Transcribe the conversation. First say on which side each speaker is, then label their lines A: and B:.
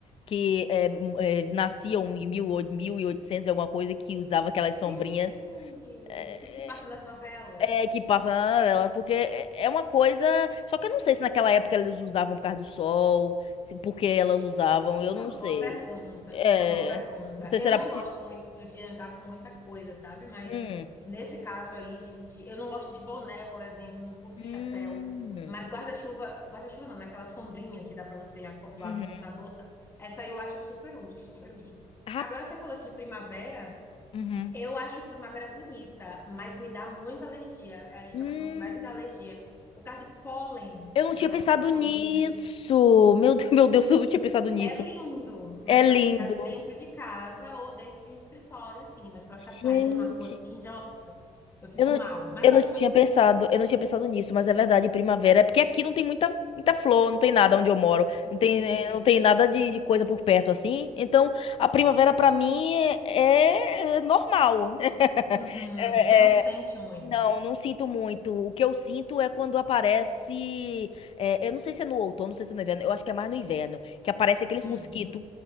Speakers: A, on the left (about 45°); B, on the left (about 20°).
A: que é, m- é, nasciam em mil, oi- 1800 e alguma coisa que usava
B: Sim,
A: aquelas sombrinhas é,
B: se que passa nas novelas.
A: é, que passa na novela, porque é é uma coisa, só que eu não sei se naquela época elas usavam por causa do sol, se- porque elas usavam, eu não
B: É uma
A: sei.
B: boa pergunta,
A: É,
B: é uma boa pergunta.
A: não sei
B: Eu
A: se era
B: não
A: porque
B: gosto muito de andar com muita coisa, sabe? Mas
A: Hum.
B: nesse caso aí de, de- eu não gosto de boné, por exemplo, não curto
A: Hum.
B: chapéu, mas guarda-chuva, guarda-chuva não, naquela sombrinha que dá pra você acoplar
A: Uhum.
B: dentro da bolsa, essa aí eu acho super útil, super útil.
A: Rap-
B: Agora você falou de primavera,
A: Uhum.
B: Eu acho a primavera bonita, mas me dá muita alergia. É a estação
A: Hum,
B: que mais me dá alergia. Por causa do pólen
A: eu não
B: da-
A: tinha pensado
B: das florzinhas.
A: nisso. Meu, Deus- <laughs> meu Deus, eu não tinha pensado nisso.
B: É lindo, mas
A: É lindo.
B: para ficar dentro de casa ou dentro de um escritório, assim. Mas para ficar saindo
A: Gente,
B: na rua assim, nossa, eu fico
A: eu não,
B: mal. Mas
A: eu
B: eu
A: não
B: acho muito
A: tinha
B: bonito.
A: pensado, eu não tinha pensado nisso, mas é verdade, primavera. É porque aqui não tem muita, muita flor, não tem nada onde eu moro.
B: Entendi.
A: Não tem, eh, não tem nada de, de coisa por perto assim. Então, a primavera pra mim é, é normal. <laughs>
B: Uhum,
A: É,
B: Você não sente muito.
A: Não, não sinto muito. O que eu sinto é quando aparece. é, eu não sei se é no outono, não sei se é no inverno. Eu acho que é mais no inverno. Que aparece aqueles
B: Hum.
A: mosquitos